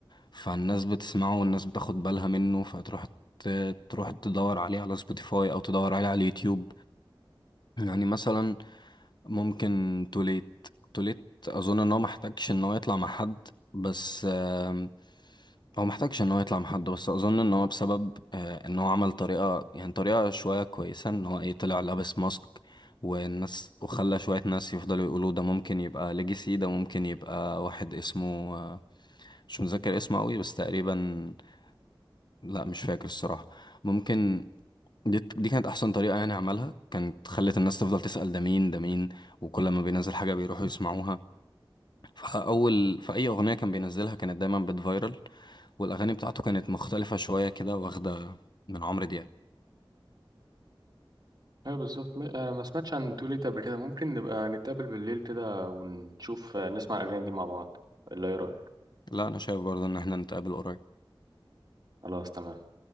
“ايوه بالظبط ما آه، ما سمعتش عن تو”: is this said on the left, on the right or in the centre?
Right